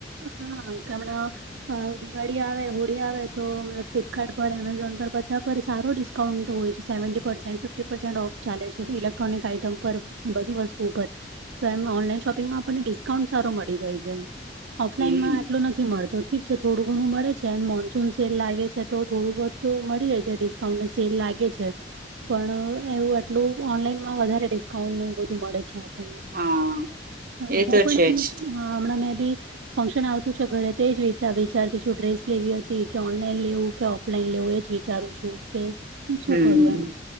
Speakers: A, on the right; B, on the right.
A: હા કેમણા અ દિવાળી આવે હોળી આવે તો ફ્લિપકાર્ટ પર એમેઝોન પર બધા પર સારો ડિસ્ ડિસ્કાઉન્ટ હોય છે સેવટી, ફિફીટી ઓફ ચાલે છે ઇક્ટ્રોનિક આઈટમ પર બધી વસ્તુઓ તો એમ ઓનલાઈન શોપિંગમાં આપણને ડિસ્કાઉન્ટ સારું મળી જાય છે. ઓફલાઈનમાં
B: હમ
A: આટલું નથી મળતું. ઠીક છે થોડું ઘણું મળે છે એમ મોન્સૂન સેલ લાગે છે તો થોડું બહુ મળી જાય છે. ડિસ્ ડિસ્કાઉન્ટ ને સેલ લાગે છે. પણ એવું આટલું ઓનલાઈનમાં વધારે ડિસ્કાઉન્ટ ને એવું બધું મળે છે આમ.
B: હા
A: હા
B: એ
A: હું
B: તો
A: પણ
B: છે
A: એમ
B: જ
A: હમણાં મે બી ફંક્શન આવતું છે ઘરે તે જ વિતા વિચારતી છું. ડ્રેસ લેવી હતી કે ઓનલાઈન લેવું કે ઓફલાઈન લેવું એ જ વિચારું છું કે શું
B: હમ
A: કરું એમ?